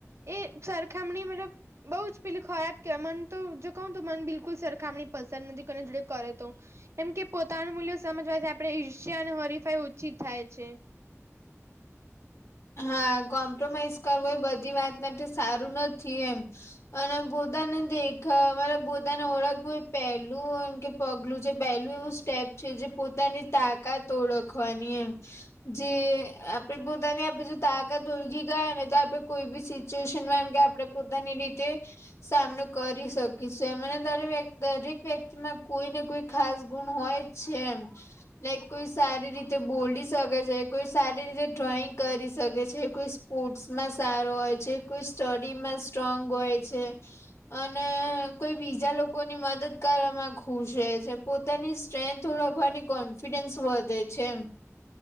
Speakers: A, on the right; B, on the left.
A: એ સરખામણી મતલબ બઉ જ પેલી ખરાબ કેવાય મન તો જો કહ તો મન બિલકુલ સરખામણી પસંદ નથી કોને જોડે કરે તો. કેમકે પોતાનું મૂલ્ય સમજવાથી આપણે ઈર્ષ્યા અને હરીફાઈ ઓછી થાય છે.
B: હા, કોમ્પ્રોમાઈઝ કરવો એ બધી વાત માટે સારું નથી એમ. અને પોતાનું દેખા મરે પોતાને ઓળખવું પેલું એમ કે પગલું જે પહેલું એવું સ્ટેપ છે જે પોતાની તાકાત ઓળખવાની એમ જે આપડી પોતાની આપે તાકત <unintelligible> ગયા તો આપણે કોઈ બી સિચ્યુએશનમાં એમ કે આપડે પોતાની રીતે સામનો કરી શકીશું. દરેક વ્યક્તિમાં કોઈ ને કોઈ ખાસ ગુણ હોય છે એમ. લાઈક કોઈ સારી રીતે બોલી શકે છે, કોઈ સારી રીતે ડ્રોઈંગ કરી શકે છે, કોઈ સ્પોર્ટ્સમાં સારો હોય છે. કોઈ સ્ટડીમાં સ્ટ્રોંગ હોય છે. અને કોઈ બીજા લોકોની મદદ કરવામાં ખુશ રહે છે. પોતાની સ્ટ્રેન્થ ઓળખવાની કોન્ફિડન્સ વધે છે એમ.